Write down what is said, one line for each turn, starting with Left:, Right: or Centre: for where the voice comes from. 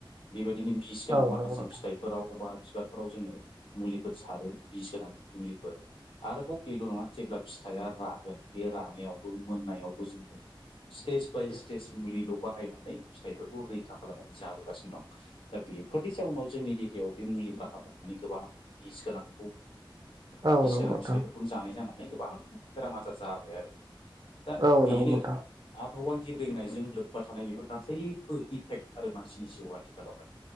Left: बेबायदिनो बिस गोनां
Right: औ
Left: माखासे
Right: नंगौ नोंथां
Left: फिथाइफोराव बा बिबारफोराव जोङो मुलिफोर सारो बिस गोनां मुलिफोर। आरोबाव बेल' नङा जेब्ला फिथाइआ रागोन बे रानायावबो मोननायावबो जोङो स्टेज बाय स्टेज मुलिल' बाहायनानै फिथाइफोरखौ रैखा खालामनानै जाबोगासिनो दं। दा बेफोरनि जाउनाव जोंनि देहायाव बे मुलि राहा लानानै गोबां बिस गोनांखौ
Right: औ
Left: बिस
Right: नंगौ
Left: गोनां
Right: नोंथां
Left: फिथाइफोरखौनो जानाय जाना नै गोबां बेराम आजार जाबाय आरो दा
Right: औ
Left: बेनो
Right: नंगौ नोंथां
Left: आबहावा गेब्रेंनायजों लोब्बा थानाय बेफोर गासैबो इफेक्ट आरो मानसिनि जिउ आथिखालावहाय।